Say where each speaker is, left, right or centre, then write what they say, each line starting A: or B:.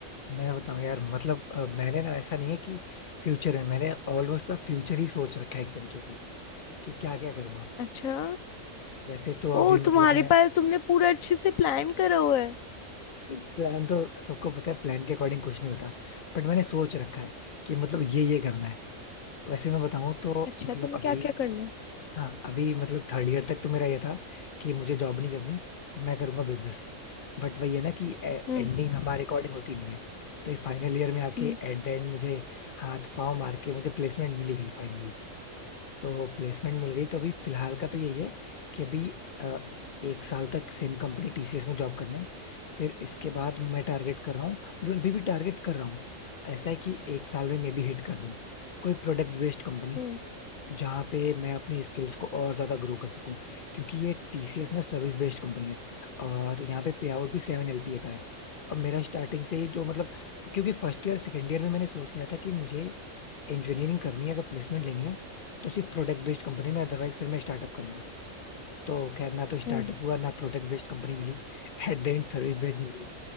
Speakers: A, on the left (about 50°); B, on the left (about 85°).
A: मैं बताऊं यार मतलब अ, मैंने ना ऐसा नहीं है कि फ्यूचर है मैंने ऑलमोस्ट पर फ्यूचर ही सोच रखा है एक तरीके से कि क्या क्या करूंगा
B: अच्छा
A: वैसे तो
B: ओ
A: अभी मतलब
B: तुम्हारे
A: मैं
B: पास तुमने पूरा अच्छे से प्लान करा हुआ है
A: प्लान तो सबको पता है प्लान के अकॉर्डिंग कुछ नहीं होता बट मैंने सोच रखा है कि मतलब ये ये करना है वैसे मैं बताऊं तो
B: अच्छा
A: मतलब
B: तुम्हें
A: अभी
B: क्या क्या करना है
A: हाँ अभी मतलब थर्ड ईयर तक तो मेरा ये था कि मुझे जॉब नहीं करनी मैं करूंगा बिजनेस बट वही है ना कि एंडिंग
B: हम्म
A: हमारे अकॉर्डिंग होती नहीं है तो ये फाइनल ईयर में आके
B: हम्म
A: एट द एंड मुझे हाथ पांव मार के मुझे प्लेसमेंट मिली गई फाइनली तो प्लेसमेंट मिल गई तो अभी फिलहाल का तो यही है कि अभी अ, एक साल तक सेम कंपनी टीसीएस में जॉब करना है फिर इसके बाद मैं टारगेट कर रहा हूँ मतलब अभी भी टारगेट कर रहा हूँ ऐसा है कि एक साल में मे बी हिट कर दूं कोई प्रोडक्ट बेस्ड कंपनी
B: हम्म
A: जहाँ पे मैं अपनी स्किल्स को और ज्यादा ग्रो कर सकूं क्योंकि ये टीसीएस ना सर्विस बेस्ड कंपनी है और यहाँ पे पे आउट भी सेवन एलपीए का है और मेरा स्टार्टिंग से ही जो मतलब क्योंकि फर्स्ट ईयर सेकेंड ईयर में मैंने सोच लिया था कि मुझे इंजीनियरिंग करनी है अगर प्लेसमेंट लेनी है तो सिर्फ प्रोडक्ट बेस्ड कंपनी में अदरवाइज फिर मैं स्टार्टअप करूंगा तो खैर ना तो स्टार्टअप
B: हम्म।
A: हुआ ना product based company milli <laughs> eight the end service based मिल गई